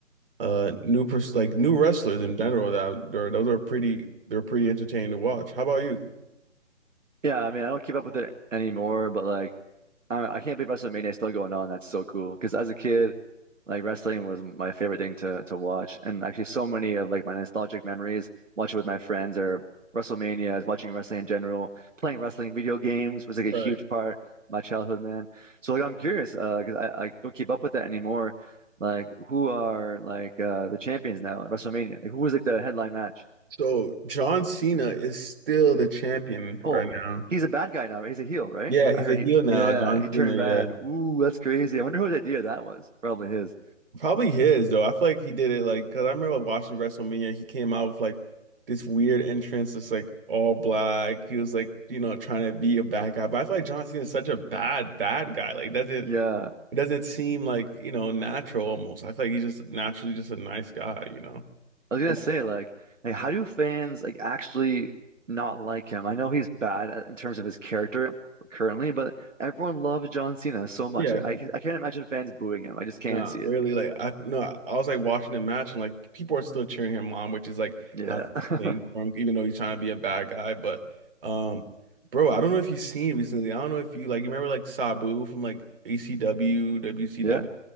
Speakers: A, on the right; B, on the right.
A: uh, new pers like new wrestlers in general. That they're, those are pretty, they're pretty entertaining to watch. How about you?
B: Yeah, I mean, I don't keep up with it anymore, but like, I, I can't believe WrestleMania is still going on. That's so cool. Because as a kid, like wrestling was my favorite thing to to watch, and actually, so many of like my nostalgic memories watching with my friends or WrestleMania, is watching wrestling in general, playing wrestling video games was like
A: Right.
B: a huge part of my childhood, man. So like, I'm curious uh, because I, I don't keep up with that anymore. Like, who are like uh, the champions now at WrestleMania? Like, who was like the headline match?
A: So John Cena is still the champion
B: Oh,
A: right now.
B: he's a bad guy now. right? He's a heel, right?
A: Yeah, he's
B: I heard
A: a heel
B: he,
A: now,
B: yeah,
A: John
B: he
A: Cena.
B: turned
A: Yeah.
B: bad. Ooh, that's crazy. I wonder whose idea that was. Probably his.
A: Probably his though. I feel like he did it like because I remember watching WrestleMania. He came out with like this weird entrance, that's like all black. He was like you know trying to be a bad guy, but I feel like John Cena is such a bad bad guy. Like doesn't
B: Yeah.
A: it doesn't seem like you know natural almost. I feel like he's just naturally just a nice guy, you know.
B: I was gonna
A: But
B: say, like, like how do fans like actually not like him? I know he's bad at- in terms of his character currently, but everyone loves John Cena so much.
A: yeah.
B: Like, I, ca- I can't imagine fans booing him. I just can't
A: No,
B: see
A: really,
B: it.
A: like I no, I was like watching the match and like people are still cheering him on, which is like
B: Yeah.
A: not the
B: <laughs>
A: thing for him, even though he's trying to be a bad guy. But um, bro, I don't know if you've seen recently. I don't know if you like you remember like Sabu from like ACW, WCW.
B: Yeah.